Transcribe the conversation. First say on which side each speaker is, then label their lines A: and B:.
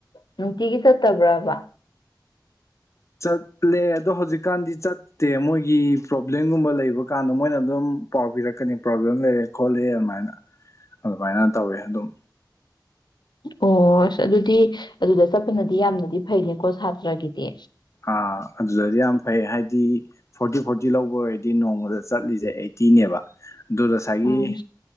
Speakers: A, on the left; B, on the left.
A: ꯅꯨꯡꯇꯤꯒꯤ ꯆꯠꯇꯕ꯭ꯔꯕ
B: ꯆꯠꯂꯦ ꯑꯗꯣ ꯍꯧꯖꯤꯛꯀꯥꯟꯗꯤ ꯆꯠꯇꯦ ꯃꯣꯏꯒꯤ ꯄ꯭ꯔꯣꯕ꯭ꯂꯦꯝꯒꯨꯝꯕ ꯂꯩꯕ ꯀꯥꯟꯗ ꯃꯣꯏꯅ ꯑꯗꯨꯝ ꯄꯥꯎ ꯄꯤꯔꯛꯀꯅꯤ ꯄ꯭ꯔꯣꯕ꯭ꯂꯦꯝ ꯂꯩꯔꯦ ꯈꯣꯠꯂꯦ ꯑꯗꯨꯃꯥꯏꯅ ꯑꯗꯨꯃꯥꯏꯅ ꯇꯧꯋꯦ ꯑꯗꯨꯝ
A: ꯑꯣ ꯑꯁ ꯑꯗꯨꯗꯤ ꯑꯗꯨꯗ ꯆꯠꯄꯅꯗꯤ ꯌꯥꯝꯅꯗꯤ ꯐꯩꯅꯦꯀꯣ ꯁꯥꯇ꯭ꯔꯒꯤꯗꯤ
B: ꯑ ꯑꯗꯨꯗꯤ ꯌꯥꯝ ꯐꯩ ꯍꯥꯏꯗꯤ ꯐꯣꯔꯇꯤ ꯐꯣꯔꯇꯤ ꯂꯧꯕ ꯑꯣꯏꯔꯗꯤ ꯅꯣꯡꯃꯗ ꯆꯠꯂꯤꯁꯦ ꯑꯩꯠꯇꯤꯅꯦꯕ ꯗꯨꯗ ꯑꯁꯥꯏꯒꯤ
A: ꯎꯝ